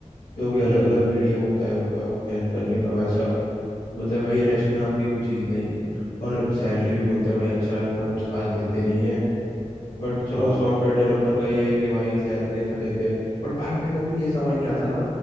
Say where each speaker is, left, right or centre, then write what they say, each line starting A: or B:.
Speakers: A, on the left; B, on the left.
A: जो भी
B: हम्म
A: अलग अलग मीडियम होता है उनका हेल्प करने का वैसा
B: हम्म,
A: बोलता है भाई रेस्ट नाम की कुछ चीज़ नहीं है और सैलरी भी बोलता है भाई अच्छा इतना कुछ खास देते नहीं है बट चलो
B: हाँ
A: सॉफ्टवेयर डेवलपर का ये है कि भाई सैलरी अच्छा देते हैं बट भाई मेरे को तो ये समझ नहीं आता ना